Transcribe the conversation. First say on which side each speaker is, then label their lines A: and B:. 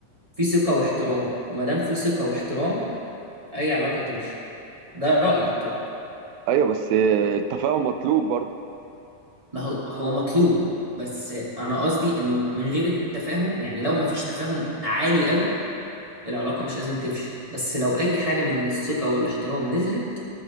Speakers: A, on the right; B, on the right.
A: في ثقة واحترام وما دام في ثقة واحترام أي علاقة تمشي ده رأيي طبعا
B: ايوه بس آه، التفاهم مطلوب برضو
A: ما هو هو مطلوب بس أنا قصدي إنه من غير التفاهم يعني لو ما فيش تفاهم عالي قوي العلاقة مش لازم تفشل بس لو أي حاجة من الثقة والاحترام نزلت